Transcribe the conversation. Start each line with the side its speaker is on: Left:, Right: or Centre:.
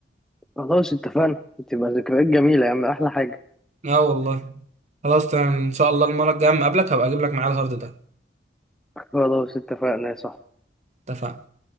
Centre: خلاص اتفقنا تبقى ذكريات جميلة يا عم أحلى حاجة
Right: اه والله خلاص تمام ان شاء الله المره الجايه اما اقابلك هبقى اجيب لك معايا الهارد ده
Centre: خلاص اتفقنا يا صاحبي
Right: اتفقنا